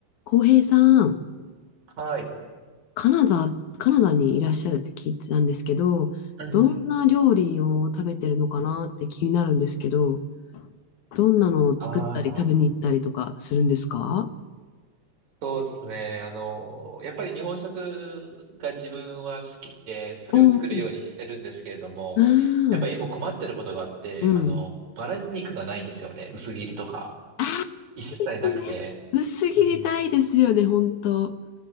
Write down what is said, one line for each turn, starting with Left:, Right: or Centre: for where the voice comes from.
Left: 浩平さん、
Right: はい。
Left: カナダ、カナダにいらっしゃるって聞いてたんですけど、
Right: うんうん。
Left: どんな料理を食べてるのかなって気になるんですけど、どんなのを作ったり食べに行ったりとかするんですか
Right: ああ、そうですね。あの、やっぱり日本食が自分は好きで、それを作るようにしてるんですけれども、
Left: おー、あー
Right: やっぱり一歩困ってることがあって、
Left: うん。
Right: あの、バラ肉がないんですよね。薄切りとか。
Left: ああ、
Right: 一切なくて。
Left: ですね。薄切りたいですよね、
Right: うん
Left: 本当。